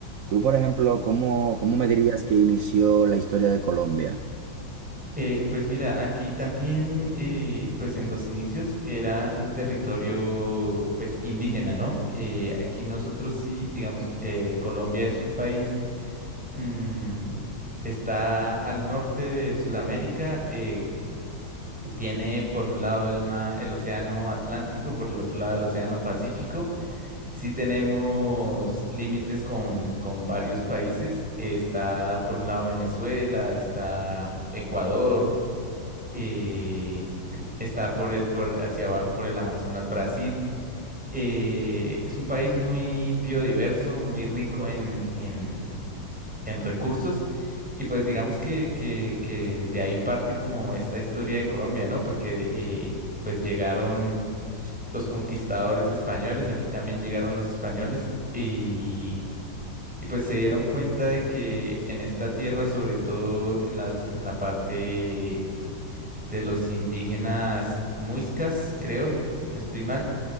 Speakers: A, on the right; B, in the centre.
A: Tú, por ejemplo, ¿cómo, cómo me dirías que inició la historia de Colombia?
B: Eh, pues mira, aquí también, eh, pues en los inicios era un territorio pues indígena, ¿no? Eh, aquí nosotros sí, digamos, eh, Colombia es un país... mm, Está al norte de Sudamérica, eh, Tiene por un lado el, ma- el océano Atlántico, por el otro lado el océano Pacífico. Sí tenemos límites con, con varios países. Está por un lado Venezuela, está Ecuador, eh, <clears throat> está por, el- por hacia abajo por el Amazonas Brasil. Eh, es un país muy biodiverso, muy rico en, en recursos. Y pues digamos que, que, que de ahí parte como esta historia de Colombia, ¿no? Porque eh, pues llegaron los conquistadores españoles, aquí también llegaron los españoles y, y pues se dieron cuenta de que en esta tierra, sobre todo en las, en la parte de los indígenas muiscas, creo, si no estoy mal,